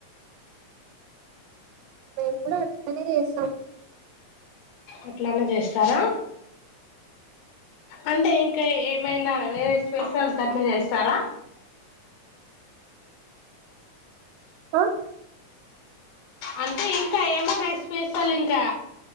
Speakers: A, on the right; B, on the left.
A: మేము కూడా అట్లానే చేస్తాం
B: అట్లనే చేస్తారా అంటే ఇంకా ఏమైనా
A: ఉమ్,
B: వేరే స్పెషల్స్ అట్ల చేస్తారా
A: అ
B: అంటే ఇంకా ఏమైనా స్పెషల్ ఇంకా